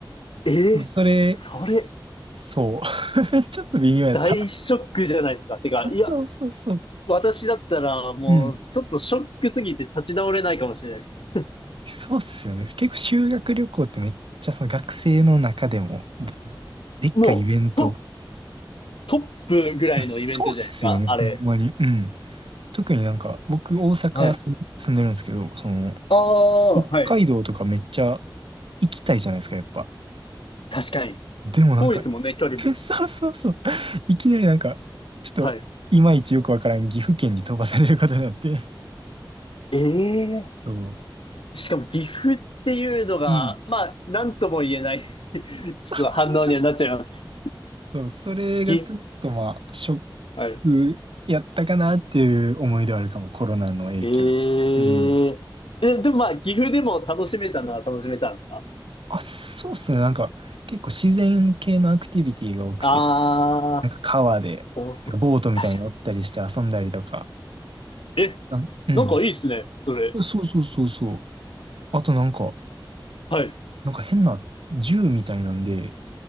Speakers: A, on the left; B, on the right.
A: えーそれ、
B: それ、そう。<laughs> ちょっと微妙やった。
A: 大ショックじゃないですか。てか、
B: いやそうそうそう。
A: いや、私だったら、もう、
B: うん。
A: ちょっとショックすぎて立ち直れないかもしれないです。
B: そうっすよね。結構修学旅行ってめっちゃその学生の中でもで、でっかいイベント。
A: うん。もうト、トップぐらいのイベントじゃないですか、
B: いやそうっすよね、
A: あれ。
B: ほんまに。うん。特になんか僕大阪す住んでるんですけど、
A: はい。
B: その
A: ああ、
B: 北海道とかめっちゃ
A: はい。
B: 行きたいじゃないですか、やっぱ。
A: 確かに。
B: でもなんか、
A: 当日もね、距離もね。
B: えそうそうそう。いきなりなんか、ちょっといまいちよくわからん岐阜県に飛ばされることになって。
A: はい。ええ
B: そう。
A: ーしかも岐阜っていうのが、
B: うん。
A: まあ、なんとも言えない <laughs> ちょっと反応にはなっちゃいます。
B: ほんまにそう、それがちょっとまあ、
A: 岐、
B: ショッ
A: はい。
B: くやったかなっていう思い出はあるかも、コロナの影響で。
A: えええ、
B: うん。
A: でもまあ、岐阜でも楽しめたのは楽しめたんですか
B: あ、そうっすね。なんか、結構自然系のアクティビティが多くて、
A: ああ
B: なんか川で、
A: ー、おそ、
B: なんかボートみたいに乗ったりして遊んだりとか。
A: 確かに。え、
B: あうん。
A: なんかいいっすね、それ。
B: そうそうそうそう。あとなんか、
A: はい、
B: なんか変な銃みたいなんで、